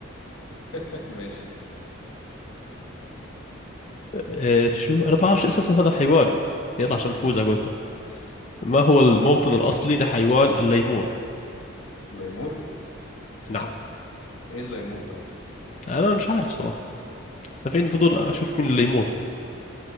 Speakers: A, on the left; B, on the left.
A: <laughs> ماشي
B: إيه شو أنا بعرفش أساسا هذا حيوان يلا عشان نفوز على قولتك ما هو الموطن الأصلي لحيوان الليمور
A: الليمور
B: نعم
A: إيه الليمور ده أصلا
B: أنا مش عارف صراحة أنا في عندي فضول أشوف مين الليمور